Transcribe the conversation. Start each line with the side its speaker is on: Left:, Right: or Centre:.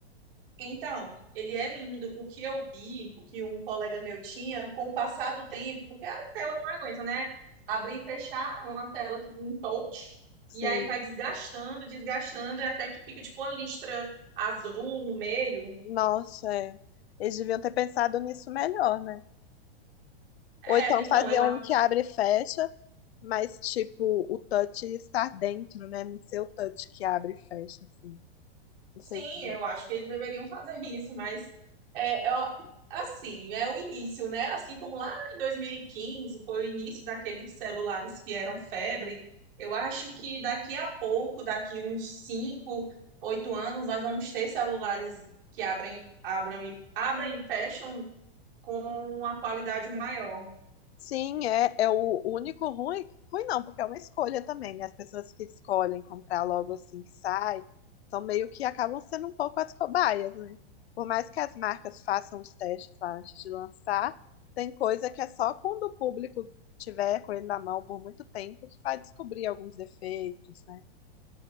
Right: então, ele é lindo. O que eu vi, o que um colega meu tinha, com o passar do tempo, porque a tela não aguenta, né? Abrir e fechar uma tela que um touch,
Left: Sim.
Right: e aí vai desgastando, desgastando, e até que fica tipo uma listra azul no meio.
Left: Nossa, é. Eles deviam ter pensado nisso melhor, né?
Right: É,
Left: Ou então
Right: então,
Left: fazer
Right: eu
Left: um que abre e fecha, mas tipo, o touch estar dentro, né? Não ser o touch que abre e fecha, assim. Não
Right: Sim,
Left: sei se
Right: eu acho que eles deveriam fazer <laughs> isso, mas é, é ó, assim, é o início, né? Assim como lá em 2015 foi o início daqueles celulares que eram febre, eu acho que daqui a pouco, daqui uns 5 8 anos, nós vamos ter celulares que abrem, abrem, abrem e fecham com uma qualidade maior.
Left: Sim, é, é o único ruim. Ruim não, porque é uma escolha também, né? As pessoas que escolhem comprar logo assim que sai, são meio que acabam sendo um pouco as cobaias, né? Por mais que as marcas façam os testes lá antes de lançar, tem coisa que é só quando o público tiver com ele na mão por muito tempo que vai descobrir alguns defeitos, né?